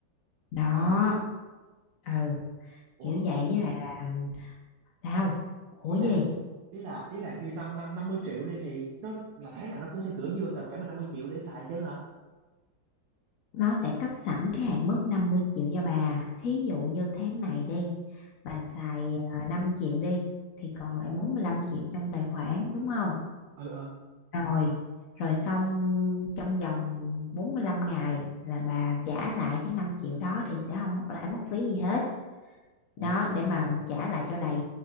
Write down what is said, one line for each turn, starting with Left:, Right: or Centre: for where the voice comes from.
Left: đó
Right: ờ
Left: ừ
Right: ủa
Left: kiểu vậy với lại là sao ủa
Right: ý
Left: gì
Right: là ý là ý là khi tao năm năm mươi triệu đi thì nó là tháng nào nó cũng sẽ gửi vô tài khoản mình 50 triệu để xài chứ hả
Left: nó sẽ cấp sẵn cái hạn mức 50 triệu cho bà thí dụ như tháng này đi bà
Right: ừ
Left: xài à, 5 triệu đi thì còn lại
Right: ừ
Left: 45 triệu trong tài khoản đúng không
Right: ừ ừ
Left: rồi rồi xong trong vòng 45 ngày là bà trả lại cái 5 triệu đó thì sẽ không mất lãi mất phí gì hết đó
Right: ồ
Left: để mà trả lại cho đầy